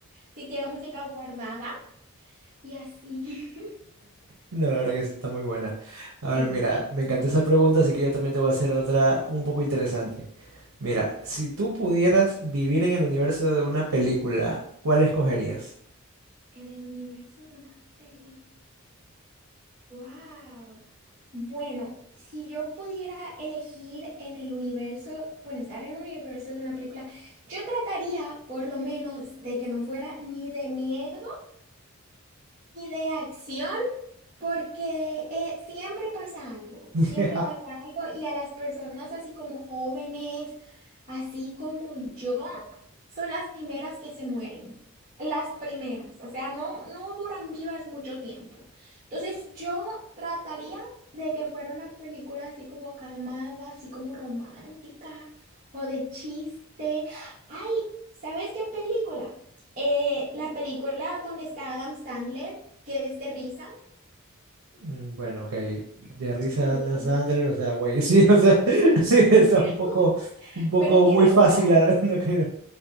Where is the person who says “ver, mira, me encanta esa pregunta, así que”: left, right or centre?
Right